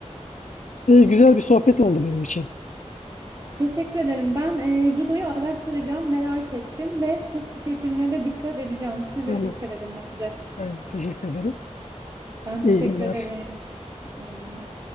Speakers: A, on the left (about 80°); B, on the right (about 25°).
A: E, güzel bir sohbet oldu benim için.
B: Teşekkür ederim. Ben e, judoyu araştıracağım, merak ettim ve su tüketimine de dikkat edeceğim. Siz
A: Tamam.
B: de dikkat edin bence.
A: Ben teşekkür ederim.
B: Ben
A: İyi
B: teşekkür
A: günler.
B: ederim. İyi günler.